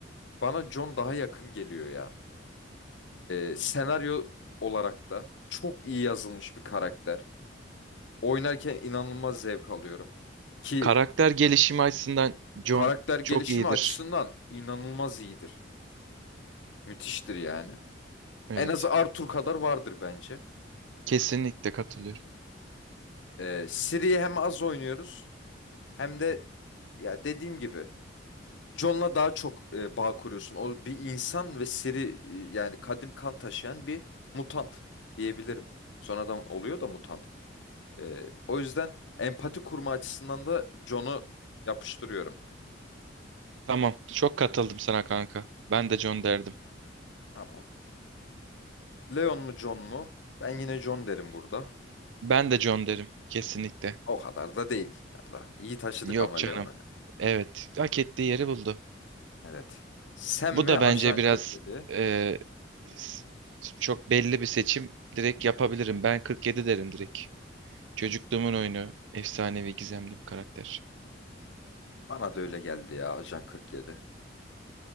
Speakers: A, on the left; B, on the right.
A: bana John daha yakın geliyor ya. E, senaryo olarak da çok iyi yazılmış bir karakter. Oynarken inanılmaz zevk alıyorum. Ki
B: Karakter gelişimi açısından John
A: karakter gelişimi
B: çok iyidir.
A: açısından inanılmaz iyidir. Müthiştir yani.
B: Evet.
A: En az Arthur kadar vardır bence.
B: Kesinlikle katılıyorum.
A: E, Ciri'yi hem az oynuyoruz. Hem de ya dediğim gibi John'la daha çok e, bağ kuruyorsun. O bir insan ve seri e, yani kadim kan taşıyan bir mutant diyebilirim. Sonradan oluyor da mutant. E, o yüzden empati kurma açısından da John'u yapıştırıyorum.
B: Tamam. Çok katıldım sana kanka. Ben de John derdim.
A: Tamam. Leon mu John mu? Ben yine John derim burada.
B: Ben de John derim. Kesinlikle.
A: O kadar da değil. Ya da iyi taşıdık
B: Yok
A: ama Leon'a.
B: canım. Evet. Hak ettiği yeri buldu.
A: Evet. Sen
B: Bu
A: mi
B: da
A: Ajan
B: bence biraz
A: 47?
B: e, s- çok belli bir seçim. Direkt yapabilirim. Ben 47 derim direkt. Çocukluğumun oyunu. Efsanevi gizemli bir karakter.
A: Bana da öyle geldi ya Ajan 47.